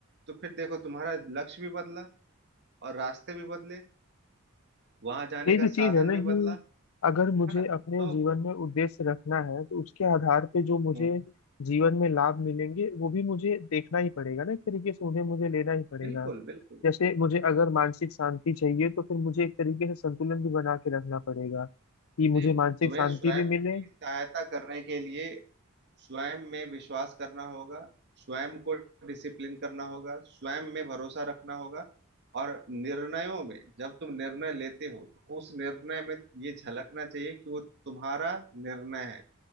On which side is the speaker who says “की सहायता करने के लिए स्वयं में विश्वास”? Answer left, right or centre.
Right